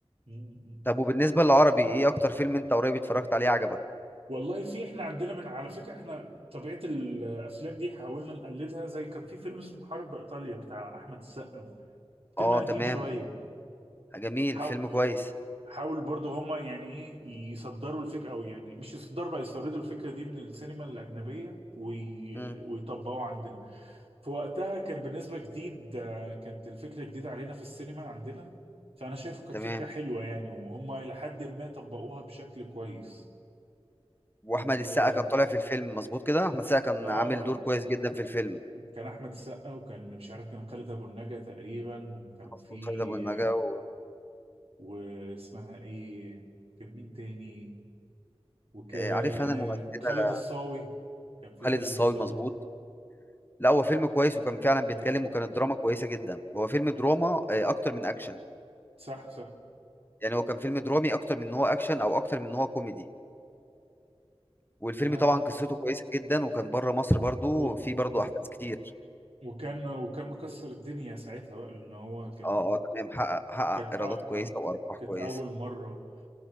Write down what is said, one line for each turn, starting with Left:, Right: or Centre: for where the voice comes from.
Right: امم
Left: طب وبالنسبة للعربي ايه اكتر فيلم انت قريب اتفرجت عليه عجبك
Right: والله في احنا عندنا من على فكره احنا طبيعه الافلام دي حاولنا نقلدها زي كان في فيلم اسمه حرب ايطاليا بتاع احمد السقا فيلم
Left: اه
Right: قديم
Left: تمام
Right: شويه
Left: جميل
Right: حاول
Left: فيلم كويس
Right: حاول برضه هما يعني ايه يصدروا الفكره او يعني مش يصدروا بقى يستوردوا الفكره دي من السينما الاجنبيه وي...
Left: امم
Right: ويطبقوا عندنا في وقتها كان بالنسبة جديد آه، كانت الفكرة جديدة علينا في السينما عندنا فأنا شايفه كانت
Left: تمام
Right: فكرة حلوة يعني وهم إلى حد ما طبقوها بشكل كويس
Left: واحمد
Right: و...
Left: السقا
Right: آه
Left: كان طالع في الفيلم مظبوط كده احمد السقا كان
Right: آه،
Left: عامل دور كويس جدا في الفيلم
Right: كان أحمد السقا وكان مش عارف كان خالد أبو النجا تقريبا وكان
Left: مظبوط
Right: في
Left: خالد ابو النجا
Right: آه،
Left: و...
Right: واسمها إيه كان مين تاني وكان
Left: آه، عارف انا الممثلة
Right: خالد الصاوي كان في
Left: خالد
Right: خالد
Left: الصاوي
Right: الصاوي
Left: مظبوط لا هو فيلم كويس وكان فعلا
Right: لا
Left: بيتكلم وكانت دراما كويسة جدا هو فيلم دراما آه، اكتر من اكشن
Right: صح صح
Left: يعني هو كان فيلم درامي اكتر من ان هو اكشن او اكتر من ان هو كوميدي والفيلم
Right: لا
Left: طبعا
Right: لا
Left: قصته كويسه جدا وكان بره مصر برضو
Right: و...
Left: في برضو
Right: مم.
Left: احداث كتير
Right: وكان وكان مكسر الدنيا ساعتها بقى لان هو كان
Left: اه اه تمام حقق حقق
Right: كانت
Left: ايرادات
Right: أ- اه
Left: كويسه وارباح
Right: كانت
Left: كويسه
Right: اول مره